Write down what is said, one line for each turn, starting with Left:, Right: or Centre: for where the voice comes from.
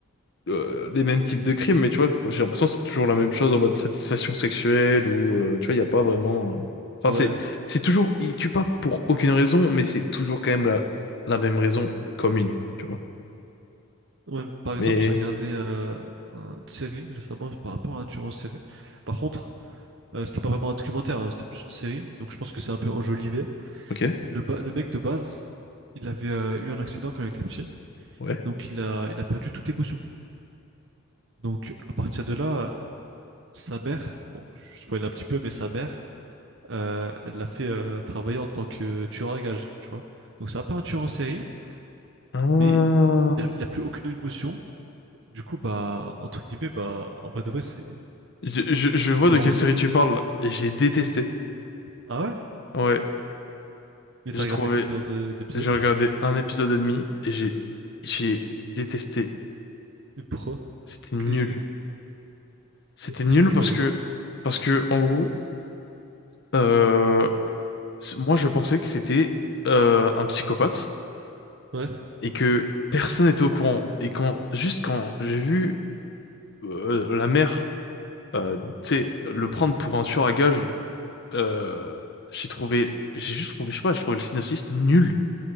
Left: euh, les mêmes types de crimes, mais tu vois, j'ai l'impression que c'est toujours la même chose en mode satisfaction sexuelle ou euh, tu vois, il n'y a pas vraiment. euh, Enfin,
Right: Ouais.
Left: c'est c'est toujours, ils tuent pas pour aucune raison, mais c'est toujours quand même la, la même raison commune, tu vois.
Right: Ouais, par exemple,
Left: Mais
Right: j'ai regardé euh, un- une série récemment par rapport à un tueur en série. Par contre, euh, c'était pas vraiment un documentaire, hein, c'était plus une série, donc je pense que c'est un peu enjolivé.
Left: ok,
Right: Le, ba- le mec de base, il avait euh, eu un accident quand il était petit,
Left: ouais.
Right: donc il a, il a perdu toute émotion. Donc à partir de là, sa mère, bon, je spoil un petit peu, mais sa mère, euh, elle l'a fait euh, travailler en tant que tueur à gages, tu vois. Donc c'est un peu un tueur en série,
Left: Ah.
Right: mais il a, il a plus aucune émotion. Du coup, bah, entre guillemets, bah, en vrai de vrai, c'est
Left: Je, je, je vois
Right: C'est pas
Left: de
Right: vraiment...
Left: quelle série tu parles et j'ai détesté.
Right: Ah ouais?
Left: Ouais,
Right: Mais
Left: j'ai
Right: t'as regardé
Left: trouvé,
Right: combien de- d'épisodes?
Left: j'ai regardé un épisode et demi et j'ai j'ai détesté.
Right: Et pourquoi?
Left: C'était nul.
Right: Que-
Left: C'était
Right: C'est
Left: nul
Right: quoi tes
Left: parce
Right: arguments?
Left: que parce que en gros. Euh, c- moi, je pensais que c'était euh, un psychopathe
Right: Ouais.
Left: et que personne n'était au courant. Et quand, juste quand j'ai vu euh, la mère, euh, tu sais, le prendre pour un tueur à gages, euh, j'ai trouvé, j'ai juste trouvé, je sais pas, j'ai trouvé le synopsis nul.